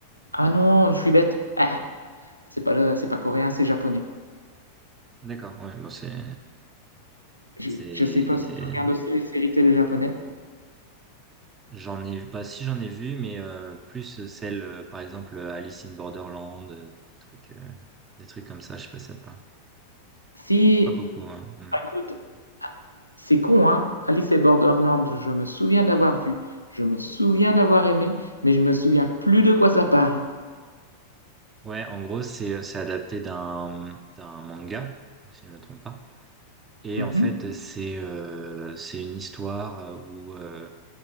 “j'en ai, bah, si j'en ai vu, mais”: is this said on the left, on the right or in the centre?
Right